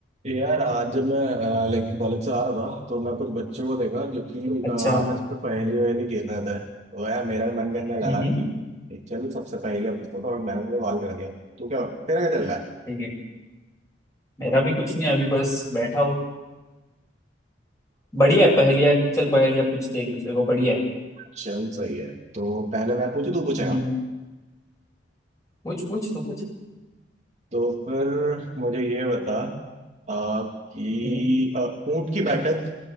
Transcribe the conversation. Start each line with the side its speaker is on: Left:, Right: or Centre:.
Right: यार आज जब मैं लाइक कॉलेज से आ रहा था तो मैं कुछ बच्चों को देखा जो कि
Left: अच्छा
Right: अ, आपस में पहेली वहेली खेल रहे थे तो यार मेरा भी मन करने लगा
Left: हम्म
Right: कि चल सबसे पहेलियां पूछता हूँ और मैंने मुझे कॉल कर दिया तो क्या तेरा क्या चल रहा है
Left: ठीक है मेरा भी कुछ नहीं है, अभी बस बैठा हूँ बढ़िया है पहेलिया चल पहेलिया पूछते एक दूसरे को बढ़िया है
Right: चल सही है तो पहले मैं पूछू तू पूछेगा
Left: हम्म पूछ पूछ तो पूछ
Right: तो फिर मुझे ये बता अ, कि
Left: हम्म
Right: अ, ऊंट की बैठक